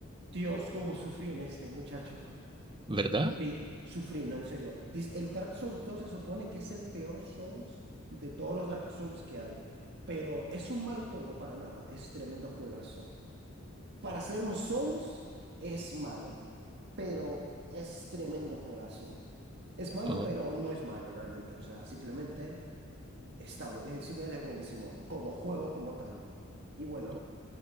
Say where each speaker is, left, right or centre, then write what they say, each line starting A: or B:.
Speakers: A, on the right; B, on the right.
A: Dios, cómo sufrí en este, muchacho.
B: ¿verdad?
A: Sufrí, sufrí, no, en serio. Dice, el Dark Souls dos se supone que es el peor Souls de todos los Dark Souls que hay. Pero es un mal juego para nada. Es tremendo juegazo. Para hacer un Souls es malo, pero es tremendo juegazo. Es malo,
B: Oh,
A: pero no es malo realmente. O sea, simplemente está bu- eh, simplemente es buenísimo como juego como tal. Y bueno,
B: oh,